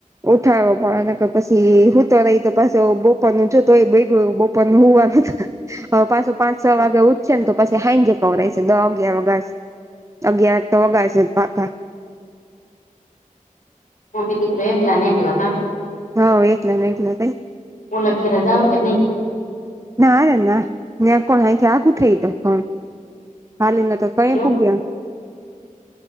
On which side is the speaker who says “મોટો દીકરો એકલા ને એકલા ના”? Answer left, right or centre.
Left